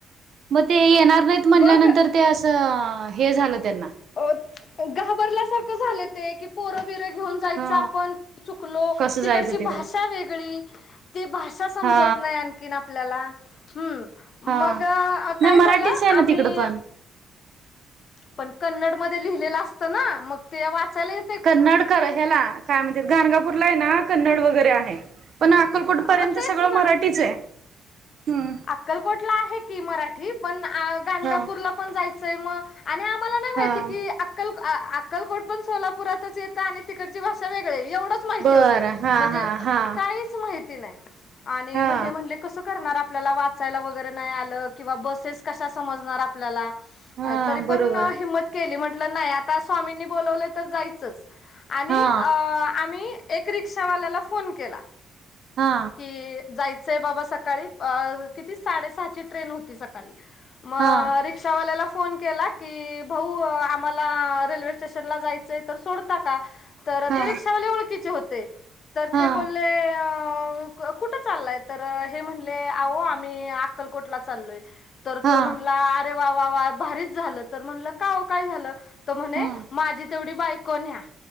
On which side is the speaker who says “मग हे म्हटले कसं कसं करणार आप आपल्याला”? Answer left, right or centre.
Left